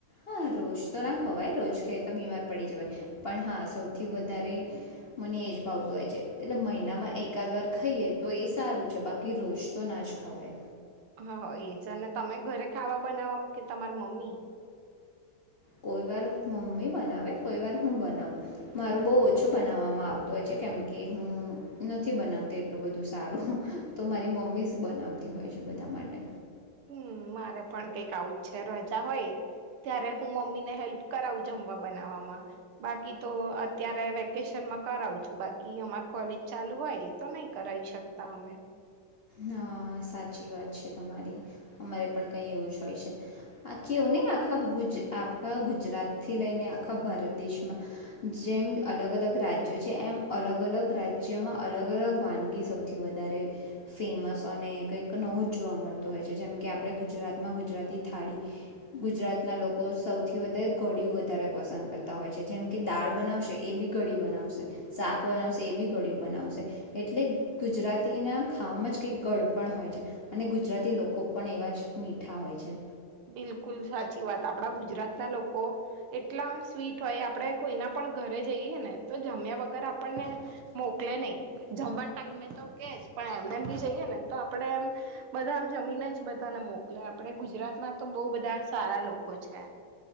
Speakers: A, on the left (about 40°); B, on the right (about 75°).
A: હા રોજ તો ના ખવાય રોજ ખાઈ તો બીમાર પડી જવાય, પણ હા સૌથી વધારે મને એજ ભાવતું હોય છે એટલે મહિનામાં એકાદ વાર ખાઈએ તો એ સારું છે બાકી રોજ તો ના જ ખવાય.
B: હા હ એજ અને તમે ઘરે ખાવા બનાવો કે તમાર મમ્મી?
A: કોઈ વાર મમ્મી બનાવે કોઈ વાર હું બનાવું મારું બહુ ઓછું બનાવવામાં આવતું હોય છે કેમકે હું નથી બનાવતી એટલું બધું સારું તો મારી મમ્મી જ બનાવતી હોય છે બધા માટે.
B: હમ્મ મારે પણ કઈક આવું જ છે રજા હોય ત્યારે હું મમ્મી ને હેલ્પ કરાવું જમવા બનાવવામાં બાકી તો અત્યારે વેકેશનમાં કરાવ છું બાકી અમાર કોલેજ ચાલુ હોય તો નહી કરાવી શકતા અમે
A: હા સાચી વાત છે તમારી અમારે પણ કઈ એવું જ હોય છે આખી એવું ને આખા ગુજ આખા ગુજરાતથી લઈને આખા ભારત દેશમાં જેમ અલગ-અલગ રાજ્યો છે એમ અલગ અલગ રાજ્યોમાં અલગ અલગ વાનગી સૌથી વધારે ફેમસ અને કંઈક નવું જ જોવા મળતું હોય છે જેમ કે આપણે ગુજરાતમાં ગુજરાતી થાળી ગુજરાતના લોકો સૌથી વધારે ઘડિય વધારે પસંદ કરતા હોય છે જેમ કે દાળ બનાવશે એ બી ઘડી બનાવશે શાક બનાવશે એ બી ઘળિય બનાવશે એટલે ગુજરાતીના ખાવામાં જ કંઈક ગળ પણ હોય છે અને ગુજરાતી લોકો પણ એવા જ મીઠા હોય છે.
B: બિલકુલ સાચી વાત આપડા ગુજરાત ના લોકો કો એટલા આમ સ્વીટ હોય આપણે કોઈના પણ ઘરે જઈએ ને તો જમ્યા વગર આપણને મોકલે નહી જમવા ટાઈમે તો કે પણ એમને બી જઈએ ને તો આપણે એમ બધા આમ જમીને જ બધાને મોકલે આપણે ગુજરાત માં તો બો બધા સારા લોકો છે.